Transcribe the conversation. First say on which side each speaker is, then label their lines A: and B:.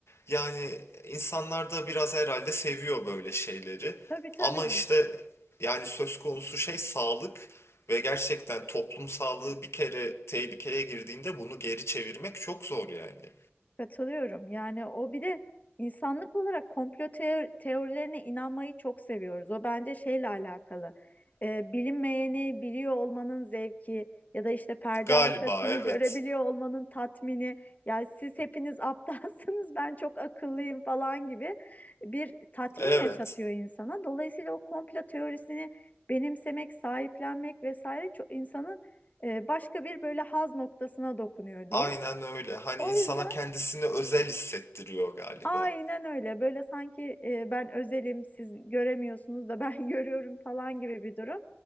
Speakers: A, on the left; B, on the left.
A: Yani insanlar da biraz herhalde seviyor böyle şeyleri.
B: tabii tabii.
A: Ama işte yani söz konusu şey sağlık ve gerçekten toplum sağlığı bir kere tehlikeye girdiğinde bunu geri çevirmek çok zor yani.
B: Katılıyorum. Yani o bir de insanlık olarak komplo teo- teorilerine inanmayı çok seviyoruz. O bence şeyle alakalı. Ee, bilinmeyeni biliyor olmanın zevki ya da işte perde
A: Galiba
B: arkasını
A: evet.
B: görebiliyor olmanın tatmini. Yani siz hepiniz aptalsınız, <laughs> ben çok akıllıyım falan gibi bir tatmin
A: Evet.
B: yaşatıyor insana. Dolayısıyla o komplo teorisini benimsemek, sahiplenmek vesaire çok insanın e, başka bir böyle haz noktasına dokunuyor diyeyim.
A: Aynen öyle. Hani
B: O
A: insana
B: yüzden
A: kendisini özel hissettiriyor galiba.
B: Aynen öyle. Böyle sanki e, ben özelim, siz göremiyorsunuz da ben <laughs> görüyorum falan gibi bir durum.